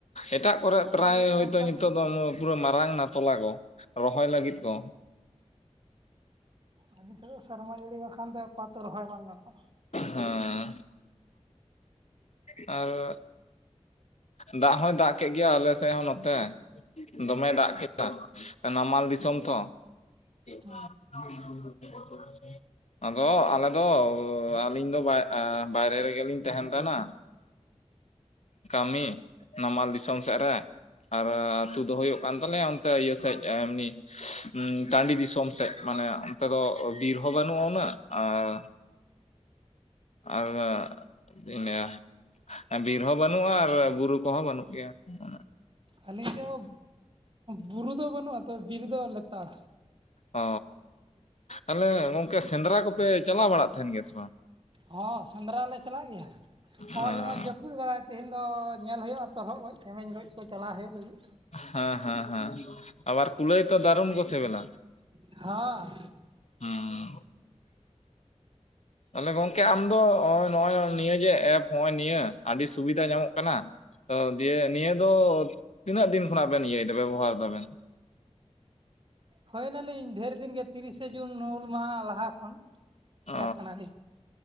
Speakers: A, on the left (about 70°); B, on the right (about 45°).
A: ᱮᱴᱟᱜ ᱠᱚᱨᱮ
B: ᱥᱮᱨᱢᱟ
A: ᱯᱨᱟᱭ
B: ᱡᱟᱹᱲᱤ
A: ᱦᱚᱳᱭᱛᱳ
B: ᱵᱟᱝᱠᱷᱟᱱ
A: ᱱᱤᱛᱚᱜ ᱫᱚ ᱚᱢᱚ ᱯᱩᱨᱟᱹ ᱢᱟᱨᱟᱝᱱᱟ ᱛᱚᱞᱟ ᱠᱚ, ᱨᱚᱦᱚᱭ ᱞᱟᱹᱜᱤᱫ ᱠᱚ᱾
B: ᱟᱞᱮ ᱥᱮᱱ ᱫᱚ ᱥᱮᱨᱢᱟ ᱡᱟᱹᱲᱤ ᱵᱟᱠᱷᱟᱱ ᱫᱚ ᱟᱯᱟᱛᱛᱚ ᱨᱚᱦᱚᱭ ᱵᱟᱝ ᱜᱟᱱᱚᱜ-ᱟ᱾
A: ᱦᱮᱸᱻ ᱟᱨ ᱫᱟᱜ ᱦᱚᱸᱭ ᱫᱟᱜ ᱠᱮᱜ ᱜᱮᱭᱟ ᱟᱞᱮ ᱥᱮᱜ ᱦᱚᱸ ᱱᱚᱛᱮ᱾ ᱫᱚᱢᱮᱭ ᱫᱟᱜ ᱠᱮᱫᱟ ᱱᱟᱢᱟᱞ ᱫᱤᱥᱚᱢ ᱛᱚ᱾ <unintelligible>
B: ᱦᱩᱸ
A: ᱟᱫᱚ ᱟᱞᱮ ᱫᱚ ᱟᱹᱞᱤᱧ ᱫᱚ ᱵᱟᱭ ᱟᱸ ᱵᱟᱭᱨᱮ ᱨᱮᱜᱮᱞᱤᱧ ᱛᱟᱸᱦᱮᱱ ᱛᱟᱸᱦᱮᱱᱟ᱾ ᱠᱟᱹᱢᱤ ᱱᱟᱢᱟᱞ ᱫᱤᱥᱚᱢ ᱥᱮᱜ ᱨᱮ᱾ ᱟᱨ ᱟᱹᱛᱩ ᱫᱚ ᱦᱩᱭᱩᱜ ᱠᱟᱱ ᱛᱟᱞᱮᱭᱟ ᱚᱱᱛᱮ ᱤᱭᱟᱹ ᱥᱮᱡ ᱮᱢᱱᱤ ᱴᱟᱺᱰᱤ ᱫᱤᱥᱚᱢ ᱥᱮᱡ᱾ ᱢᱟᱱᱮ ᱚᱱᱛᱮ ᱫᱚ ᱵᱤᱨ ᱦᱚᱸ ᱵᱟᱹᱱᱩᱜ-ᱟ ᱩᱱᱟᱹᱜ ᱟᱨ ᱟᱨ ᱪᱮᱫ ᱤᱧ ᱞᱟᱹᱭᱟ? ᱵᱤᱨ ᱦᱚᱸ ᱵᱟᱹᱱᱩᱜ-ᱟ ᱟᱨ ᱵᱩᱨᱩ ᱠᱚᱦᱚᱸ ᱵᱟᱹᱱᱩᱜ ᱜᱮᱭᱟ ᱩᱱᱟᱹᱜ᱾
B: ᱟᱹᱞᱤᱧ ᱪᱚ ᱵᱩᱨᱩ ᱫᱚ ᱵᱟᱹᱱᱩᱜ-ᱟ ᱛᱚ ᱵᱤᱨ ᱫᱚ ᱞᱮᱛᱟᱲ᱾
A: ᱚ, ᱟᱞᱮ ᱜᱚᱝᱠᱮ ᱥᱮᱸᱫᱽᱨᱟ ᱠᱚᱯᱮ ᱪᱟᱞᱟᱣ ᱵᱟᱲᱟᱜ ᱛᱟᱦᱮᱱ ᱜᱮᱭᱟ ᱥᱮ ᱵᱟᱝ?
B: ᱦᱚᱸ, ᱥᱮᱸᱫᱽᱨᱟ ᱞᱮ ᱪᱟᱞᱟᱜ ᱜᱮᱭᱟ᱾ ᱦᱚᱸᱜ-ᱚᱭ
A: ᱦᱮᱸ
B: ᱡᱮᱢᱚᱱ ᱡᱟᱹᱯᱩᱫ ᱠᱟᱫᱟᱭ ᱛᱮᱦᱮᱧ ᱫᱚᱻ ᱧᱮᱞ ᱦᱩᱭᱩᱜ-ᱟ ᱛᱚᱨᱚᱦᱚᱫ ᱜᱚᱡ, ᱪᱮᱢᱮᱧ ᱜᱚᱡ ᱠᱚ ᱪᱟᱞᱟᱣ ᱦᱩᱭᱩᱜ ᱞᱟᱹᱜᱤᱫ᱾
A: ᱦᱮᱸ ᱦᱮᱸ ᱦᱮᱸ᱾ ᱟᱵᱟᱨ ᱠᱩᱞᱟᱹᱭ ᱛᱚ ᱫᱟᱨᱩᱱ ᱠᱚ ᱥᱮᱵᱮᱞᱟ᱾
B: ᱦᱟᱸ᱾
A: ᱦᱩᱸ᱾ ᱛᱟᱦᱞᱮ ᱜᱚᱝᱠᱮ ᱟᱢ ᱫᱚ ᱚᱸᱭ ᱱᱚᱜ-ᱚᱭ ᱱᱤᱭᱟᱹ ᱡᱮ ᱮᱯ ᱱᱚᱜ-ᱚᱭ ᱱᱤᱭᱟᱹ ᱟᱹᱰᱤ ᱥᱩᱵᱤᱫᱷᱟ ᱧᱟᱢᱚᱜ ᱠᱟᱱᱟ᱾ ᱛᱚ ᱫᱤᱭᱮ ᱱᱤᱭᱟᱹ ᱫᱚ ᱛᱤᱱᱟᱹᱜ ᱫᱤᱱ ᱠᱷᱚᱱᱟᱜ ᱵᱮᱱ ᱤᱭᱟᱹᱭᱮᱫᱟ ᱵᱮᱵᱚᱦᱟᱨ ᱫᱟᱵᱮᱱ?
B: ᱦᱩᱭᱳᱱᱟᱞᱤᱧ ᱰᱷᱮᱨ ᱫᱤᱱᱜᱮ ᱛᱤᱨᱤᱥᱮ ᱡᱩᱱ ᱦᱩᱞ ᱢᱟᱦᱟ ᱞᱟᱦᱟ ᱠᱷᱚᱱ
A: ᱚ
B: ᱮᱰ ᱠᱟᱱᱟᱞᱤᱧ᱾